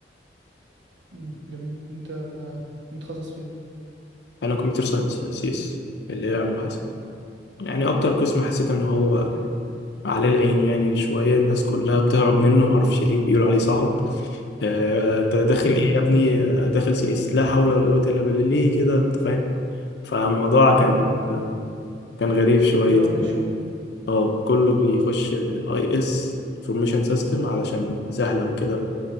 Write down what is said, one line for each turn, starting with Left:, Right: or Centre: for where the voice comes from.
Right: امم جميل انت متخصص في ايه
Left: انا كمبيوتر ساينس سي اس اللي هي علوم حاسب يعني اكتر قسم حسيت ان هو
Right: جامد
Left: عليه العين يعني شويه الناس كلها بتهرب منه معرفش ليه بيقولوا عليه صعب آه، انت داخل
Right: امم
Left: ايه يا ابني آه، داخل سي اس لا حول ولا قوه الا بالله ليه كده انت فاهم فالموضوع كان
Right: ايوه فاهمك آه.
Left: آه، كان غريب شويتين
Right: درامي
Left: اه كله بيخش اي اس انفورميشن سيستم علشان سهله وكده